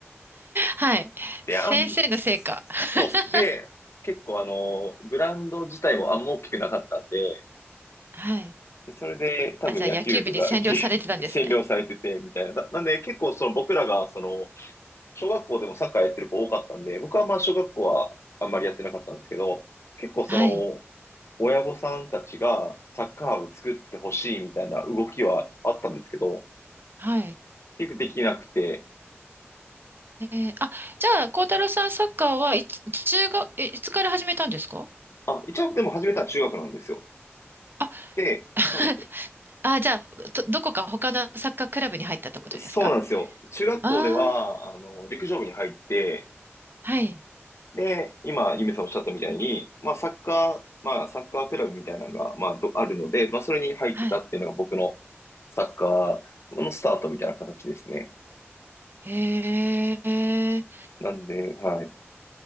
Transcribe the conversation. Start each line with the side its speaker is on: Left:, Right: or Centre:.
Right: はい。
Left: で、
Right: 先生のせいか。
Left: あん、
Right: <laughs>
Left: そうっす。で、結構あの、グラウンド自体もあんま大きくなかったんで、
Right: はい。
Left: でそれで多分野球部がぎ
Right: あ、じゃあ野球部に占領されてたんですね。
Left: <laughs> 占領されてて、みたいな。だなんで結構その僕らがその、小学校でもサッカーやってる子多かったんで、僕はまあ小学校はあんまりやってなかったんですけど、結構その、
Right: はい。
Left: 親御さんたちがサッカー部作ってほしいみたいな動きはあったんですけど、
Right: はい。
Left: 結局できなくて、
Right: えー、あ、じゃあ、孝太郎さん、サッカーはいつ、中学、え、いつから始めたんですか
Left: あ、一応でも始めたのは中学なんですよ。
Right: あ、
Left: で、
Right: <laughs>
Left: そうなんですよ。
Right: あ、じゃあ、ど、どこか他のサッカークラブに入ったってことですか
Left: そうなんですよ。中学校では、
Right: ああー、
Left: あの、陸上部に入って、
Right: はい、
Left: で、今、ゆめさんおっしゃったみたいに、まあ、サッカー、まあ、サッカークラブみたいなのが、まあ、どあるので、まあ、それに入ってたっていうのが僕の
Right: はい。
Left: サッカーのスタートみたいな形ですね。
Right: へえ、
Left: なんで、はい。